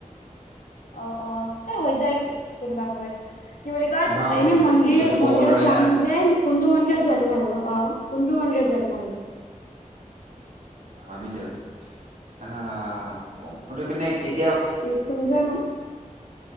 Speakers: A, on the left (about 80°); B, on the right (about 70°).
A: অ অ এ হৈ যায় কোনোবা সময়ত কি বুলি কয়
B: হা
A: এনে
B: সেইটো
A: মন্দিৰ
B: এইটোতো ক'ব
A: মন্দিৰত
B: নোৱাৰি
A: যাম
B: না
A: যে কোনটো মন্দিৰত যোৱাতটো ভাল হ'ব <unintelligible> অ কোনটো মন্দিৰত যোৱাটো ভাল হ'ব
B: হয়িতো পিনে কেতিয়া <unintelligible>
A: থুজাই মা <unintelligible>